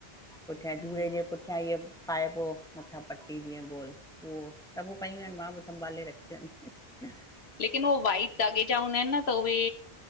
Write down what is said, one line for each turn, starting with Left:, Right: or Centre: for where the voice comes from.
Centre: पुठियां
Left: हम्म
Centre: झूड़े जे पठ -- <unintelligible> पाइबो मथां पटी जीअं गोल। उहो सभु पयूं आहिन मां बि संभाले रखियूं आहिन।
Left: लेकिन उहो वाइट धाॻे जा हूंदा आहिन न त उहे